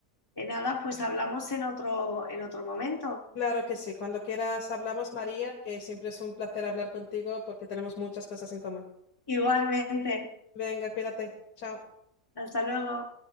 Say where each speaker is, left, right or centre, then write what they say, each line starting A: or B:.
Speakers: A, on the left; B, on the left.
A: eh, nada, pues hablamos en otro, en otro momento.
B: claro que sí, cuando quieras hablamos, María, que siempre es un placer hablar contigo porque tenemos muchas cosas en común.
A: Igualmente.
B: Venga, cuídate. Chao.
A: Hasta luego.